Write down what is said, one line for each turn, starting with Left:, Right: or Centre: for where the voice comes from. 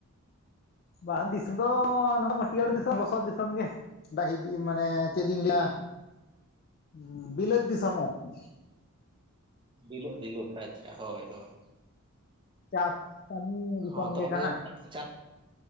Left: ᱵᱟᱝ ᱫᱤᱥ ᱫᱚ ᱱᱚ ᱦᱤᱭᱟᱹᱟᱹᱲ ᱫᱤᱥᱚᱢ ᱞᱚᱥᱚᱫ ᱫᱤᱥᱚᱢ ᱜᱮ ᱰᱟᱹᱦᱤ ᱢᱟᱱᱮ ᱪᱮᱫ ᱞᱤᱧ ᱞᱟᱹᱭᱟ ᱦᱚ ᱵᱤᱞᱮᱛ ᱫᱤᱥᱚᱢ ᱟᱨᱠᱤ
Right: ᱵᱤᱞᱮᱫᱽ ᱵᱤᱞᱮᱫᱽ ᱟᱪᱪᱷᱟ ᱦᱳᱭ ᱦᱳᱭ
Left: ᱪᱟᱥ ᱠᱟᱹᱢᱤ ᱫᱤᱥᱚᱢ
Right: ᱦᱚᱸ ᱛᱚᱵᱮ
Left: ᱜᱮ ᱠᱟᱱᱟ
Right: ᱪᱟ